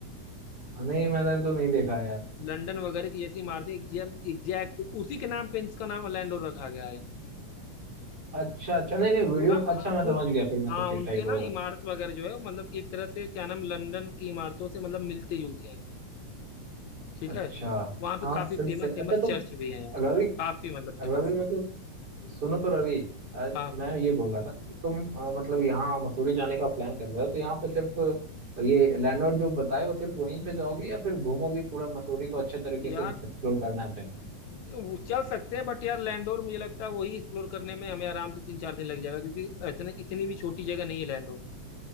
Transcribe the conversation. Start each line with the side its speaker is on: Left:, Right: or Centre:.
Right: नहीं मैंने तो नहीं देखा है यार
Left: लंदन वगैरह की जैसी इमारतें एग्जैक्ट उसी के नाम पे इसका नाम लैंडोर रखा गया है
Right: अच्छा अच्छा नहीं नहीं वीडियो
Left: वो ना
Right: अच्छा
Left: हाँ
Right: मैं
Left: उन
Right: समझ गया फिर मतलब
Left: हाँ उनके
Right: किस टाइप
Left: ना
Right: का होगा
Left: इमारत वगैरह जो है वो मतलब एक तरह से क्या नाम लंदन की इमारतों से मतलब मिलते जुलते हैं ठीक
Right: अच्छा
Left: है वहाँ पे
Right: हाँ
Left: काफी
Right: फिर
Left: फेमस
Right: सही
Left: फेमस
Right: अच्छा तो
Left: चर्च भी है यार
Right: रवि
Left: काफी मतलब
Right: रवि
Left: फेमस
Right: मतलब सुनो तो रवि अ,
Left: हाँ
Right: मैं ये बोल रहा था कि तुम अ, मतलब यहाँ मसूरी जाने का प्लान कर रहे हो तो यहाँ पे सिर्फ ये लैंडलॉर्ड जो बताए वो सिर्फ वहीं पे जाओगे या फिर घूमोगे पूरा मसूरी को अच्छे तरीके
Left: यार
Right: से एक्सप्लोर करना है अपने को?
Left: वो चल सकते हैं बट यार लैंडोर मुझे लगता है वही एक्सप्लोर करने में हमें आराम से तीन चार दिन लग जाएगा क्योंकि इतने इतनी भी छोटी जगह नहीं है लैंडोर